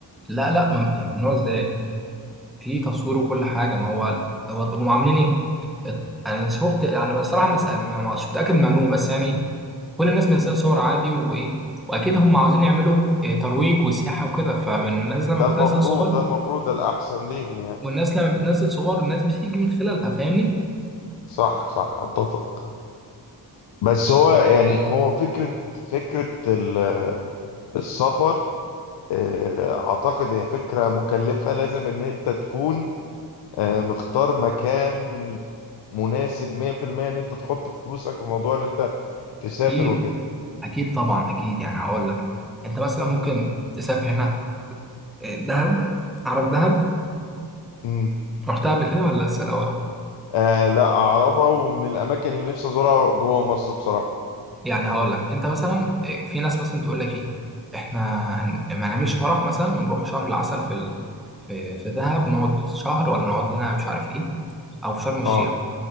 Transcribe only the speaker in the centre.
لا لا مم- ممنوع إزاي في تصوير وكل حاجة ما هو هو هم عاملين إيه؟ انا شفت يعني بصراحه ما ما- ما- مش متاكد من المعلومه بس يعني كل الناس منزله صور عادي وايه واكيد هم عاوزين يعملوا آه، ترويج وسياحه وكده فالناس لما
بتنزل
اه صور
والناس لما بتنزل صور الناس بتيجي من خلالها فاهمني
اكيد
اكيد طبعا اكيد يعني هقول لك انت مثلا ممكن تسافر هنا آه، دهب عارف دهب
رحتها قبل كده ولا لسه الاول
يعني هقول لك انت مثلا آه، في ناس مثلا تقول لك ايه احنا هن- ما نعملش فرح مثلا ونروح شهر العسل في ال... في في دهب نقعد شهر ولا نقعد لنا مش عارف ايه او في شرم الشيخ